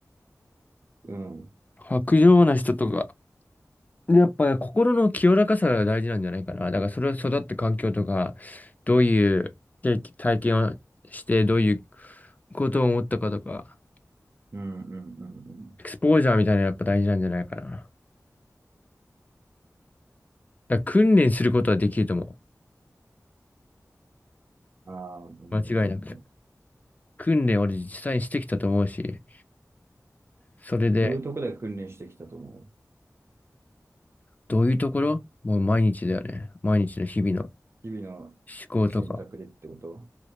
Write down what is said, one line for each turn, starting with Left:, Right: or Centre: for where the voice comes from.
Right: うん。
Left: 薄情な人とか、やっぱり心の清らかさが大事なんじゃないかな。だからそれは育った環境とか、どういう経験体験をして、どういうことを思ったかとか、
Right: うんうんうん
Left: エクスポージャーみたいなのやっぱ大事なんじゃないかな。だから訓練することはできると思
Right: うん。ああ、うんうん
Left: う。間違いなく。
Right: うん
Left: 訓練俺実際にしてきたと思うし。それで、
Right: どういうところで訓練してきたと思う
Left: どういうところもう毎日だよね。毎日の日々の
Right: 日々の選択でってことは
Left: 思考とか、